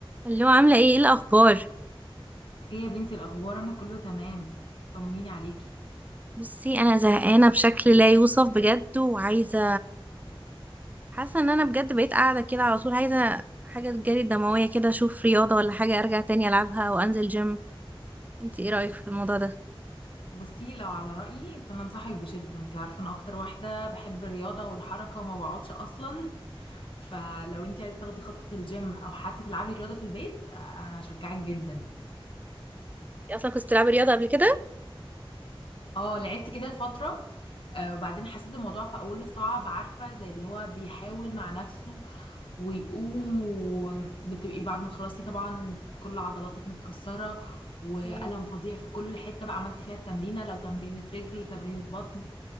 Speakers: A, on the right (about 15°); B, on the left (about 65°).
A: اللي هو عاملة ايه ايه الأخبار
B: ايه يا بنتي الاخبار انا كله تمام طمنيني عليكي
A: بصي أنا زهقانة بشكل لا يوصف بجد وعايزة حاسة إن أنا بجد بقيت قاعدة كده على طول عايزة حاجة تجري الدموية كده أشوف رياضة ولا حاجة أرجع تاني ألعبها وأنزل جيم انتي ايه رأيك في الموضوع ده؟
B: بصي لو على رايي فانا انصحك بشده انت عارفه انا اكتر واحده بحب الرياضه والحركه وما بقعدش اصلا <laughs> فلو انت عايزه تاخدي خطوه الجيم او حتى تلعبي رياضه في البيت آه، اشجعك جدا
A: انتي أصلا كنت بتلعبي رياضة قبل كده؟
B: اه لعبت كده فتره آه، وبعدين حسيت الموضوع في اوله صعب عارفه زي اللي هو بيحاول مع نفسه ويقوم وبتبقي بعد ما تخلصي طبعا كل عضلاتك متكسرة وألم
A: مم.
B: فظيع في كل حتة بقى عملتي فيها التمرينة لو تمرينة رجل تمرينة بطن